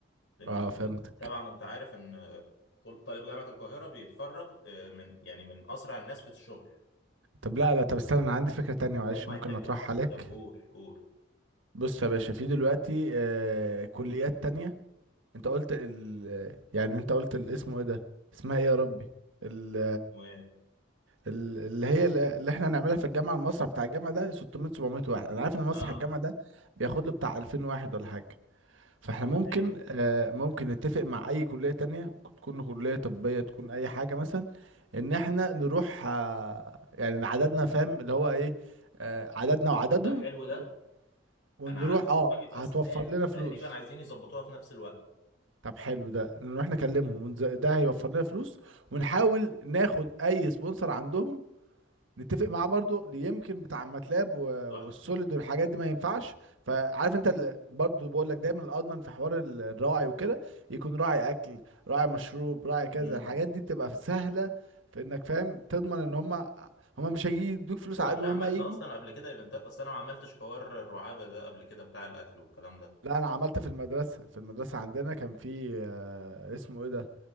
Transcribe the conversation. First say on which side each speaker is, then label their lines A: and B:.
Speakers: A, on the left; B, on the right.
A: لان
B: اه فهمتك
A: طبعا انت عارف ان طول- طالب جامعه القاهره بيتخرج آه، من يعني من اسرع الناس في الشغل
B: طب لا لا طب استنى انا عندي فكرة تانية معلش
A: هم هيحبوا
B: ممكن اطرحها عليك
A: طب قول قول
B: بص يا باشا في دلوقتي آه كليات تانية انت قلت ال يعني انت قلت الاسم ايه ده اسمها ايه يا ربي ال
A: و-
B: ال- اللي هي ال- اللي احنا هنعملها في الجامعه المسرح بتاع الجامعه ده 600 700 واحد انا عارف ان مسرح
A: اه
B: الجامعه ده بياخد له بتاع 2000 واحد ولا حاجه فاحنا ممكن
A: ماشي
B: آه ممكن نتفق مع اي كليه تانية تكون كليه طبيه تكون اي حاجه مثلا ان احنا نروح آه يعني عددنا فاهم اللي هو ايه آه عددنا وعددهم
A: تبدأ حلو ده
B: و- ونروح
A: انا عندي
B: اه
A: صحابي في
B: هتوفر
A: اسنان
B: لنا فلوس
A: تقريبا عايزين يظبطوها في نفس الوقت
B: طب حلو ده نروح نكلمهم ونز- ده هيوفر لنا فلوس ونحاول ناخد اي سبونسر عندهم نتفق معاه برضو اللي يمكن بتاع ماتلاب و-
A: تحفه
B: والسوليد والحاجات دي ما ينفعش فعارف انت ال- برضو بقول لك دايما الاضمن في حوار ال- الراعي وكده يكون راعي اكل راعي مشروب راعي كذا
A: امم
B: الحاجات دي بتبقى سهله في انك فاهم تضمن ان هم هم مش هيجي يدوك فلوس
A: هو
B: على
A: انت
B: قد
A: عملت
B: ما هم هيجوا
A: اصلا قبل كده ايفنتات اصلا انا ما عملتش حوار الرعابه ده قبل كده بتاع الاكل والكلام ده
B: لا انا عملت في المدرسه في المدرسه عندنا كان في آه، اسمه ايه ده